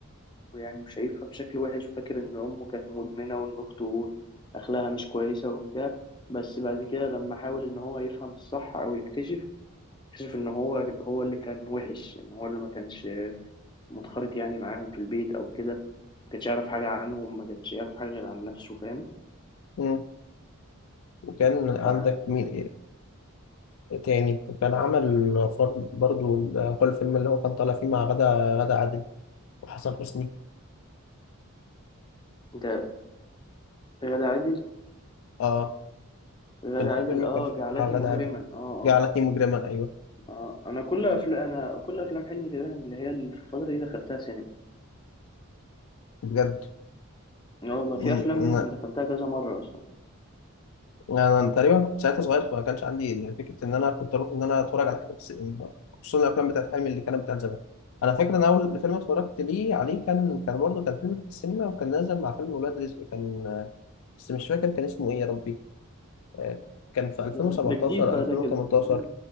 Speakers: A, on the left; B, on the left.
A: ويعني شايفها بشكل وحش وفاكر ان امه كانت مدمنه وان اخته اخلاقها مش كويسه وبتاع بس بعد كده لما حاول ان هو يفهم الصح او يكتشف اكتشف ان هو هو اللي كان وحش ان هو اللي ما كانش منخرط يعني معاهم في البيت او كده ما كانش يعرف حاجه عنهم ما كانش يعرف حاجه غير عن نفسه فاهم
B: مم. وكان عندك
A: ف
B: مين تاني وكان عمل فر- برضو ال- كل فيلم اللي هو كان طالع فيه مع غادة غادة عادل وحسن حسني
A: انت غادة عادل
B: اه
A: غادة
B: كان في
A: عادل
B: فيلم
A: اه
B: كان فيه
A: جعلتني
B: مع غادة
A: مجرما
B: عادل
A: اه اه
B: جعلتني مجرما ايوه
A: اه انا كل افلام انا كل افلام حلمي تقريبا اللي هي اللي في الفتره دي دخلتها سينما
B: بجد
A: اه والله
B: م-
A: في افلام منهم دخلتها كذا مره اصلا
B: انا أنا تقريبا كنت ساعتها صغير فما كانش عندي يعني فكره ان انا كنت اروح ان انا اتفرج على حاجه في السينما خصوصا الافلام بتاعت حلمي اللي كانت بتاعت زمان انا فاكر ان اول فيلم اتفرجت ليه عليه كان كان برضه كان فيلم في السينما وكان نازل مع فيلم ولاد رزق كان بس مش فاكر كان اسمه ايه يا ربي آه، كان في 2017
A: ده ده جديد بقى
B: 2018
A: ده كده مم،